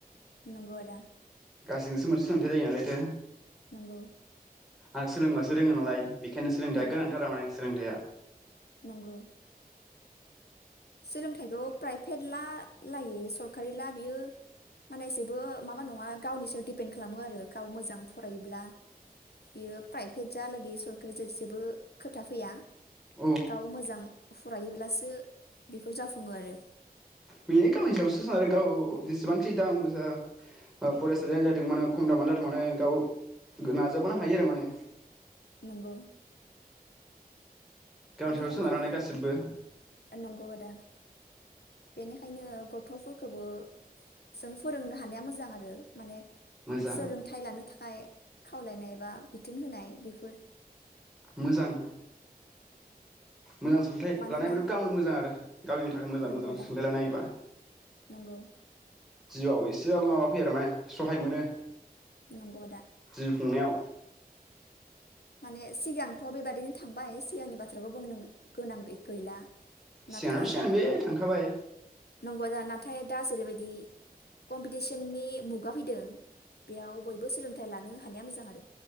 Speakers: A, on the left; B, in the centre.
A: नंगौ आदा।
B: गासैजोंसो मोनसे सोलोंथाइ जायो नालायथो
A: नंगौ।
B: आरो सोलोंबासो रोङो नालाय बेखायनो सोलोंथायाइया
A: नंगौ
B: गोनांथार आरो माने सोलोंथायाइया।
A: नंगौ सोलोंथाइखौ प्राइभेट ला लागै सरकारि ना बियो माने जेबो माबा नङा गावनि सायाव दिपेन खालामो आरो गाव मोजां फरायोब्ला बियो प्राइभेट जालागै सरकारा जेबो खोथा फैया
B: औ
A: गाव मोजां फरायोब्लासो। बेफोर जाफुङो आरो।
B: बेनो गावनि सायावसो सोनारो आरो गाव जेसेबांखि दाम गोसा फरायसालियानो जाथों मानो खम दामानो जाथों माने गाव नाजाबानो हायो आरो माने।
A: नंगौ
B: गावनि
A: बेनिखायनो
B: सायाव सोनारनानै गासिबो
A: नंगौ आदा बेनिखायनो गथ'फोरखौबो जों फोरोंनो हानाया मोजां आरो। माने
B: मोजां
A: सोलोंथाइ लानो थाखाय खावलायनाय बा बिथोन होनाय बेफोर
B: मोजां। मोजां सोलोंथाइ
A: मानोना
B: लानायबो गावनो मोजां आरो गावनि थाखाय मोजां
A: नंगौ
B: मोजां
A: दा
B: सोलोंथाइ लानाययाबो
A: नंगौ
B: जिउआव एसेबाबो माबा फैयो आरो माने सहाय मोनो।
A: नंगौ दा।
B: जिउ खुंनायाव
A: माने सिगांथ' बेबादिनो थांबाय सिगांनि बाथ्राखौ बुंनो गोनां गैला। नाथाय
B: सिगां सिगांथ बे थांखाबाय।
A: नंगौ दा नाथाय दा जेरैबायदि कम्पिटिसननि मुगा फैदों बेयाव बयबो सोलोंथाइ लानो हानाया मोजां आरो।